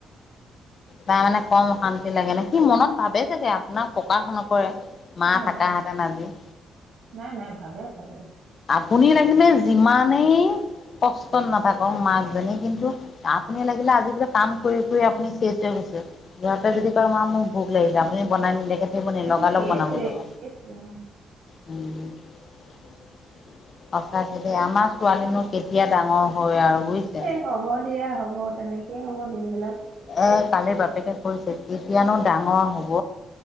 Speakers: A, on the left; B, on the right.
A: তাৰ মানে, কম অশান্তি লাগে নে কি। সি মনত ভাবে চাগে আপোনাক প্ৰকাশ নকৰে। মা
B: অ
A: থাকাহেঁতেন আজি
B: নাই, নাই, ভাবে, ভাবে।
A: আপুনি লাগিলে যিমানেই, কষ্টত নাথাকক মাকজনী কিন্তু, আপুনি লাগিলে আজি বোলে কাম কৰি, কৰি আপনি চেছ হৈ গৈছে। সিহঁতে যদি কৰে <unintelligible> ভোক লাগিছে! আপুনি বনাই নিদিয়াকে থাকিব নি?
B: আৰু
A: লগালগ
B: সেইটোৱে
A: বনাব যাব।
B: সেইটোৱে অ
A: <unintelligible> সঁচাকে আমাৰ ছোৱালীনো কেতিয়া ডাঙৰ হয় আৰু। বুজিছে।
B: এ, হ'ব দিয়া হ'ব হ'ব তেনেকে হ'ব দিন বিলাক।
A: এ, কালিৰ বাপেকে কৈছে, গীত কিয়নো ডাঙৰ হ'ব!